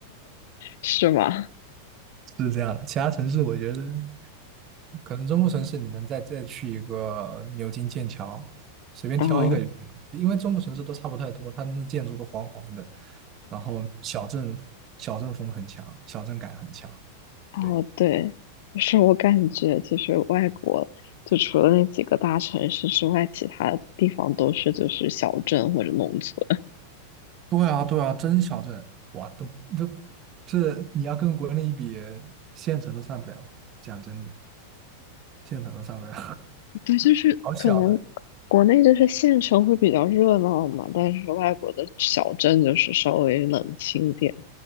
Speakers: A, on the left; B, on the right.
A: 是吗？
B: <laughs> 是这样的。其他城市我觉得可能中部城市你能再再去一个牛津、剑桥，随便挑一个就行了，
A: 嗯，
B: 因为中部城市都差不太多，他们的建筑都黄黄的，然后小镇小镇风很强，小镇感很强。
A: 哦，
B: 对。
A: 对，就是我感觉就是外国，就除了那几个大城市之外，其他地方都是就是小镇或者农村。
B: 对啊，对啊，真小镇，哇，都都这你要跟国内一比，县城都上不了。讲真的，县城都上不了，
A: 对，就是可能国内就是县城会比较热闹嘛，
B: <laughs> 好小的。
A: 但是外国的小镇就是稍微冷清点。